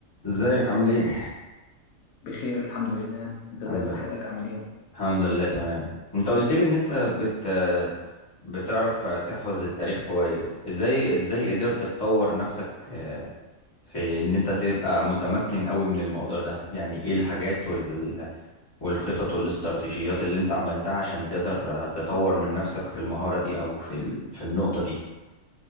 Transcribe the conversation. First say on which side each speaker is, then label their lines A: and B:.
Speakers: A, on the left; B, on the left.
A: ازيك عامل ايه
B: بخير الحمد لله انت ازاي
A: الحمد
B: صحتك
A: لله
B: عامل ايه
A: الحمد لله تمام انت قلت لي ان انت
B: الحمد
A: بت
B: لله
A: بتعرف تحفظ التاريخ كويس ازاي ازاي قدرت تطور نفسك آه، في ان انت تبقى متمكن قوي من الموضوع ده يعني ايه الحاجات وال... والخطط والاستراتيجيات اللي انت عملتها عشان تقدر آه، تطور من نفسك في المهارة دي او في ال... في النقطة دي